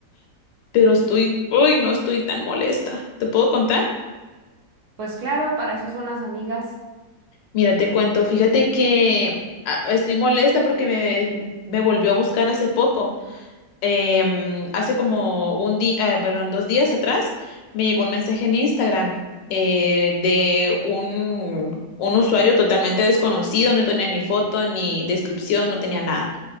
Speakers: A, on the left; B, on the right.
A: pero estoy, hoy no estoy tan molesta. ¿Te puedo contar?
B: Pues claro, para eso son las amigas.
A: Mira, te cuento, fíjate que ah, estoy molesta porque me, me volvió a buscar hace poco. em, hace como un día, perdón, dos días atrás, me llegó un mensaje en Instagram eh, de un, un usuario totalmente desconocido, no tenía ni foto, ni descripción, no tenía nada.